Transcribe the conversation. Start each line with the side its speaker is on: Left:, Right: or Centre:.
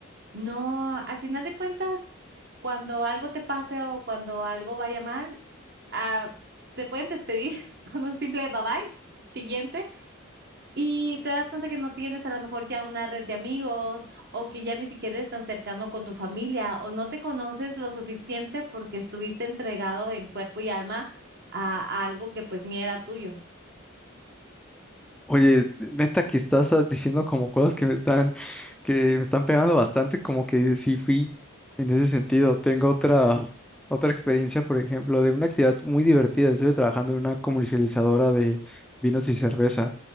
Right: no, al final de cuentas, cuando algo te pase o cuando algo vaya mal, ah, te pueden despedir <laughs> con un simple bye bye, siguiente, y te das cuenta que no tienes a lo mejor ya una red de amigos o que ya ni siquiera estás tan cercano con tu familia o no te conoces lo suficiente porque estuviste entregado en cuerpo y alma a, a algo que pues ni era tuyo.
Centre: Oye, neta que estás ah, diciendo como cosas que me están, que me están pegando bastante, como que sí fui en ese sentido. Tengo otra, otra experiencia, por ejemplo, de una actividad muy divertida. Estuve trabajando en una comercializadora de vinos y cerveza